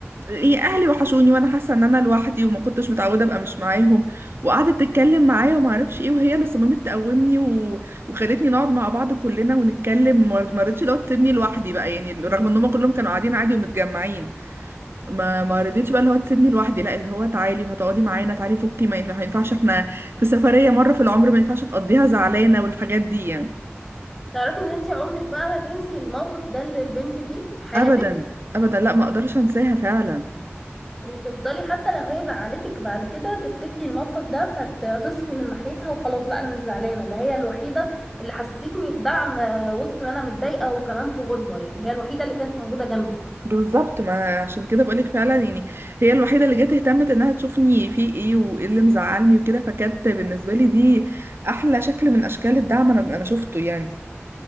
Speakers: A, on the right; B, in the centre.
A: ايه اهلي وحشوني وانا حاسه ان انا لوحدي وما كنتش متعوده ابقى مش معاهم وقعدت تتكلم معايا وما اعرفش ايه وهي اللي صممت تقومني و... وخدتني نقعد مع بعض كلنا ونتكلم ما ما رضتش لو تسيبني لوحدي بقى يعني رغم ان هم كلهم كانوا قاعدين عادي ومتجمعين ما ما رضيتش بقى اللي هو تسيبني لوحدي لا اللي هو تعالي وهتقعدي معانا تعالي فكي ما ينفع- ما ينفعش احنا في سفرية مرة في العمر ما ينفعش تقضيها زعلانة والحاجات دي يعني
B: تعرفي ان انتي عمرك بقى ما تنسي الموقف ده للبنت دي في حياتك
A: ابدا ابدا لا ما اقدرش انساها فعلا
B: وتفضلي حتى لو هي زعلتك بعد كده تفتكري الموقف ده فتصفي من ناحيتها وخلاص لا انا مش زعلانه ده هي الوحيده اللي حسستني بدعم آه، وسط ما انا متضايقه وكمان في غربه يعني هي الوحيده اللي كانت موجوده جنبي
A: بالظبط ما عشان كده بقولك فعلا يعني هي الوحيدة اللي جت اهتمت انها تشوفني في ايه وايه اللي مزعلني وكده فكانت بالنسبة لي دي احلى شكل من اشكال الدعم انا انا شفته يعني